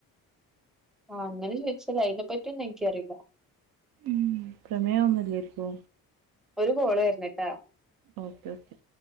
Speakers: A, in the centre; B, on the right.
A: ആഹ് അങ്ങനെ ചോദിച്ചാ അതിനെപ്പറ്റി ഒന്നും എനിക്കറിയില്ല
B: ഉം പ്രമേഹം ഒന്നുല്ലായിരിക്കോ
A: ഒരു കോള് വരുനിട്ടാ
B: ഓക്കെ ഓക്കെ